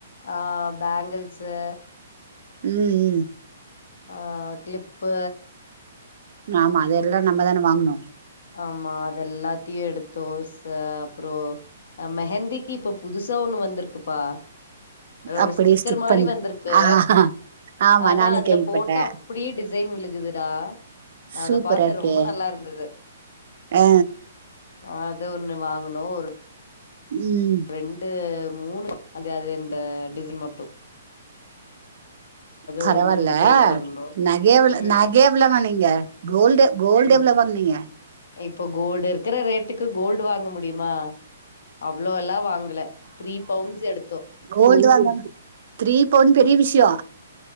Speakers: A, on the left; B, on the right.
A: ஆ பேங்கள்சு
B: ம் ம்
A: ஆ கிளிப்பு
B: ஆமா அதெல்லா நம்ம தானே வாங்குனு
A: ஆமா அத எல்லாத்தையு எடுத்தோ ஸ அப்புறோ மெஹந்திக்கி இப்ப புதுசா ஒண்ணு வந்திருக்குப்பா ஒரு
B: அப்டியே
A: ஸ்டிக்கர்
B: ஸ்டிக்
A: மாரி
B: பண்
A: வந்திருக்கு
B: ஆ ஆமா
A: ஆனா
B: நானு
A: அதுல
B: கேள்விப்பட்டே
A: போட்ட அப்டியே டிசைன் விழுகுதுடா நா
B: சூப்பரா
A: அத பாத்தே
B: இருக்கே
A: ரொம்ப நல்லா இருந்தது
B: ஆ
A: அது ஒன்னு வாங்கனோ ஒரு
B: ம்
A: ரெண்டு மூணு அந்த அ அந்த டிசைன் மட்டூ
B: பரவால்ல
A: ஒரு மூணு கைக்கு வாங்குனோ
B: நகை எவ்ளே
A: ம்
B: நகெய்ப் புள்ளதா நீங்க கோல்டு கோல்டு
A: ம்
B: எவ்ளோ வாங்குனீங்க
A: இப்போ கோல்டு இருக்கிற ரேட்டுக்கு கோல்டு வாங்க முடியுமா அவ்ளோல்லா வாங்கல த்ரீ பவுன்ஸ் எடுத்தோ
B: கோல்ட் வாங்கன் த்ரீ பவுன் பெரிய விஷயோ